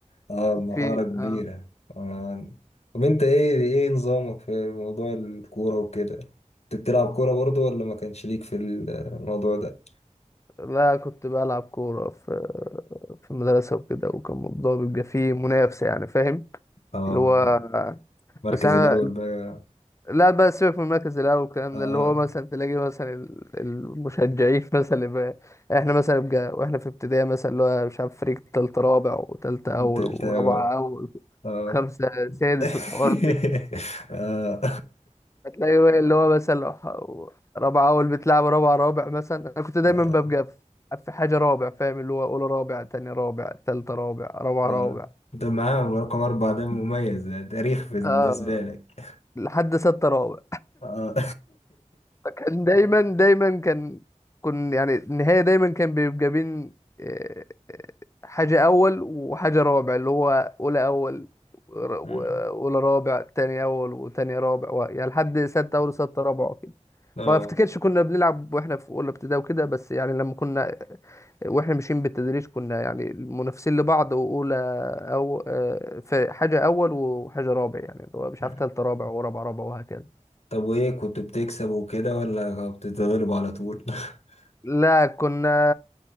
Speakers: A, on the left; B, on the left.
A: اه مهارة
B: في
A: كبيرة
B: آه،
A: آه. طب انت ايه ايه نظامك في موضوع الكورة وكده انت بتلعب كورة برضه ولا ما كانش ليك في الموضوع ده
B: لا كنت بلعب كورة في في المدرسة وكده وكان الموضوع بيبقى فيه منافسة يعني فاهم
A: اه
B: اللي هو
A: المركز
B: بس أنا
A: الاول بقى
B: لا بقى سيبك من المركز الاول والكلام
A: اه
B: ده اللي هو مثلا تلاقي مثلا ال- المشجعين <laughs> مثلا اللي بقى احنا مثلا بقى واحنا في ابتدائي مثلا اللي هو مش عارف فريق تالت رابع وتالتة
A: والتالت
B: اول ورابعة
A: اول
B: اول
A: اه
B: خمسة سادس والحوارات
A: <laughs>
B: دي
A: اه
B: هتلاقي بقى اللي هو مثلا لو ح- رابعة اول بتلعب رابعة رابع مثلا انا كنت دايما
A: <laughs> آه.
B: ببقى في في حاجة رابع فاهم اللي هو اولى رابع تاني رابع تالتة رابع رابعة
A: اه
B: رابع
A: ده معاهم رقم أربعة ده مميز ده تاريخ بالنسبة
B: آه
A: لك
B: لحد ستة رابع
A: اه
B: فكان دايما
A: <laughs>
B: دايما كان كن يعني النهاية دايما كان بيبقى بين آه، آه، حاجة أول وحاجة رابع اللي هو أولى أول ور-
A: مم.
B: و- أولى رابع تاني أول وتاني رابع و- يعني لحد ستة أول وستة رابع وكده
A: اه
B: ما افتكرش كنا بنلعب واحنا في اولى ابتدائي وكده بس يعني لما كنا واحنا ماشيين بالتدريج كنا يعني منافسين لبعض واولى او آه، في حاجه اول وحاجه رابع يعني اللي هو مش
A: مم.
B: عارف تالته رابع ورابع رابع وهكذا
A: طب وإيه كنت بتكسب وكده ولا بتتغلب على طول؟ <laughs>
B: لا كنا